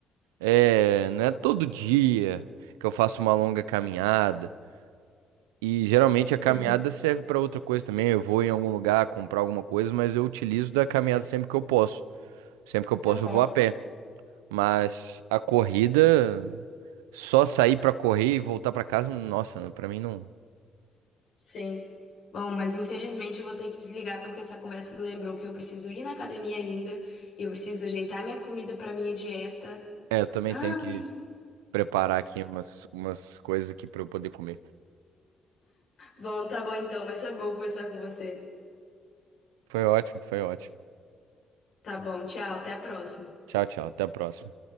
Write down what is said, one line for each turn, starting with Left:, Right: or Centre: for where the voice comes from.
Right: É, não é todo dia que eu faço uma longa caminhada. E geralmente
Left: Sim.
Right: a caminhada serve para outra coisa também. Eu vou em algum lugar comprar alguma coisa, mas eu utilizo da caminhada sempre que eu posso. Sempre que eu posso,
Left: Aham,
Right: eu vou a pé. Mas a corrida, só sair para correr e voltar para casa, nossa, para mim não.
Left: sim. Bom, mas infelizmente eu vou ter que desligar porque essa conversa me lembrou que eu preciso ir na academia ainda e eu preciso ajeitar minha comida para minha dieta.
Right: É, eu também
Left: Ai.
Right: tenho que preparar aqui umas, umas coisas aqui para eu poder comer.
Left: Bom, tá bom então, mas foi bom conversar com você.
Right: Foi ótimo, foi ótimo.
Left: Tá bom, tchau, até a próxima.
Right: Tchau, tchau. Até a próxima.